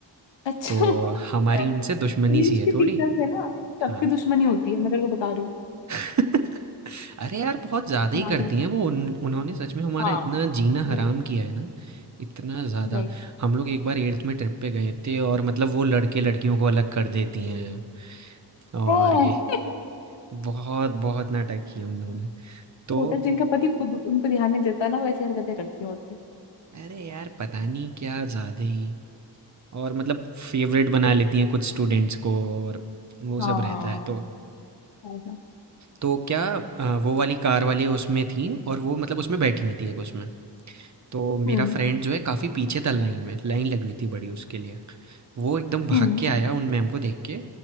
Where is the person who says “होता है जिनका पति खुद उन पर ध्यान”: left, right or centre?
Left